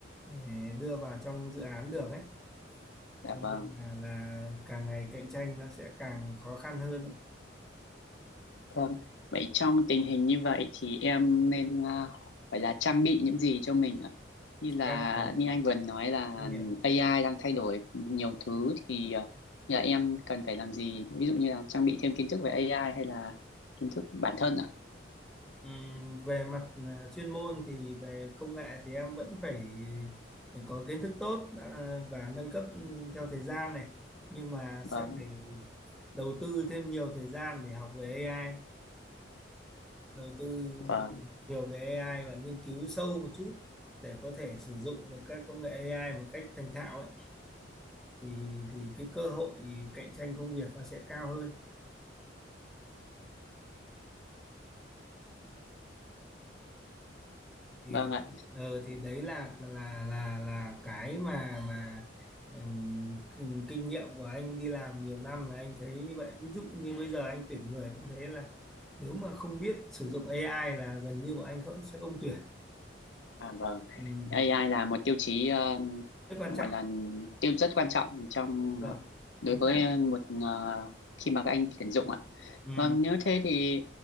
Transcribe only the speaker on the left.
Dạ
vâng.
Vâng. Vậy trong tình hình như vậy thì em nên à, phải là trang bị những gì cho mình ạ? Như là
như anh vừa nói là
AI đang thay đổi nhiều thứ thì à, như là em cần phải làm gì? Ví dụ như là trang bị thêm kiến thức về AI hay là kiến thức bản thân ạ?
Vâng.
Vâng.
Vâng
ạ.
À, vâng,
AI là một tiêu chí ờ,
gọi
là tiêu rất quan trọng trong
đối
với
một ờ, khi mà các anh tuyển dụng ạ.
Vâng, nếu thế thì